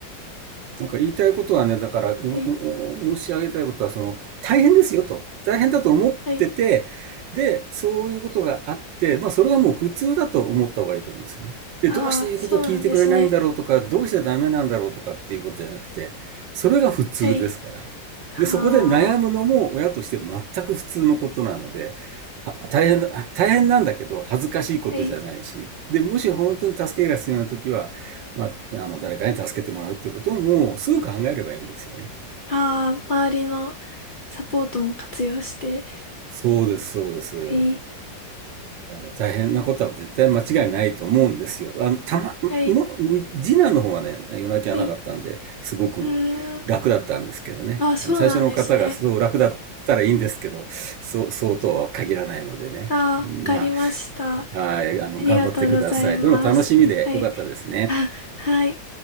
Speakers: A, on the right (about 80°); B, on the left (about 40°).
A: なんか言いたいことはね、だから、ううう申し上げたいことは、
B: はい、
A: その、大変ですよと。大変だと思ってて、
B: はい。
A: で、そういうことがあって、まあ、それはもう普通だと思った方がいいと思うんですよね。で、
B: ああ、
A: どうして言うことを聞いてくれないんだろうとか、
B: そうなんですね。
A: どうしてダメなんだろうとかっていうことじゃなくて、それが普通ですから。
B: はい。あ
A: で、そこで悩むのも親として全く普通のことなので、大変大変なんだけど、恥ずかしいことじゃないし、
B: あ、はい。
A: で、もし本当に助けが必要なときは、まあ、あの誰かに助けてもらうってことももうすぐ考えればいいんですよね。
B: ああ、周りのサポートも活用して。
A: そうです、そうです。はい。
B: はい、
A: あの大変なことは絶対間違いないと思うんですよ。あの、たま、
B: はい、
A: も、次男の方はね、夜泣きはなかったんで、
B: はい。
A: すごく
B: うーん。
A: 楽だったんですけどね。
B: ああ、そうなんですね。
A: あの、最初の方がすごく楽だったらいいんですけど、そう、そうとは限らないのでね。
B: ああ、わかりました。
A: ま
B: あ
A: あ、はい、あの、
B: りがとうございます。
A: 頑張ってください。でも楽しみでよかったですね。
B: はい。あ、はい。